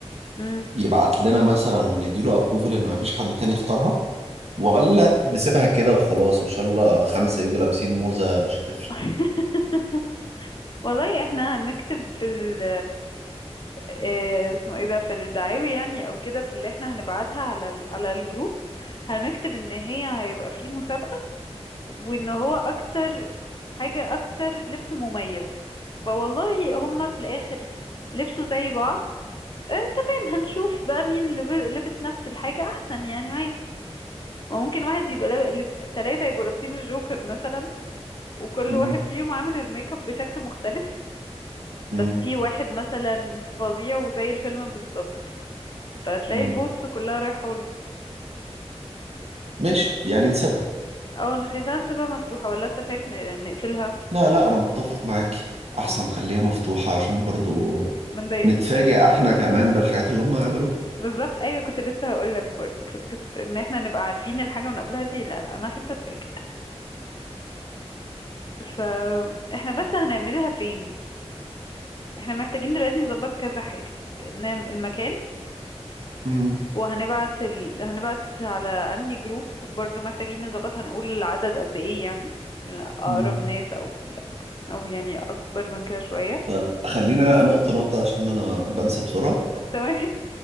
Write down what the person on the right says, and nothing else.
يبعت لنا مثلا ونديله ابروفل ان مفيش حد تاني اختارها ولا نسيبها كده وخلاص ان شاء الله خمسة
يجوا لابسين موزة مش هتفرق
مم.
مم.
مم.
ماشي يعني نسيبها
لا لا انا متفق معاك
احسن خليها مفتوحة عشان برضو
نتفاجئ
احنا كمان بالحاجات اللي هم هيعملوها
مم.
مم.
طيب خلينا نقطة نقطة عشان انا بنسى بسرعة